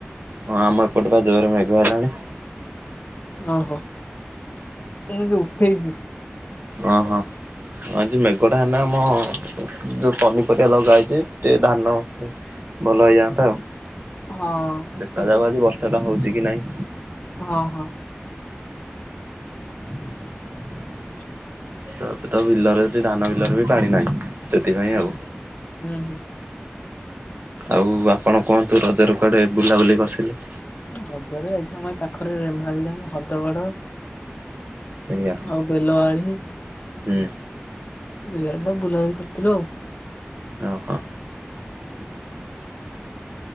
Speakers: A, on the right; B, on the left.
A: ହଁ ଆମ ଏପଟେ ବା ଜୋରରେ ମେଘ ହେଲାଣି।
B: ଓହୋ ସେ ଉଠେଇଛି।
A: ଓ ହୋ। ଆଜି ମେଘ ଟା ହେନା ଆମ ଯୋଉ ପନିପରିବା ଲଗା ହେଇଛି ଟିକେ ଧାନ। ଭଲ ହେଇଯାଆନ୍ତା ଆଉ।
B: ହଁ
A: ଦେଖାଯାଉ
B: ଏପଟେ
A: ଆଜି ବର୍ଷା ଟା ହଉଛି କି ନାଇଁ।
B: ହଁ ହଁ। <unintelligible>
A: ତ ଏବେ ତ ବିଲରେ ବି ଧାନ ବିଲରେ ବି ପାଣି ନାହିଁ। ସେଥିପାଇଁ
B: ହୁଁ
A: ଆଉ
B: ହୁଁ ହୁଁ।
A: ଆଉ ଆପଣ କୁହନ୍ତୁ ରଜ ର କୁଆଡେ ବୁଲାବୁଲି କରିଥିଲେ।
B: ହ୍ରଦରେ ଏଘେନା ମେ ପାଖରେ ରେମାଳି ଡ୍ୟାମ୍ ହ୍ରଦ ବଡ।
A: ଆଜ୍ଞା
B: ଆଉ ବେଲବାଳି।
A: ହୁଁ।
B: ସେୟଡେ ସବୁ ବୁଲାବୁଲି କରିୁଥିଲୁ।
A: ଓ ହୋ।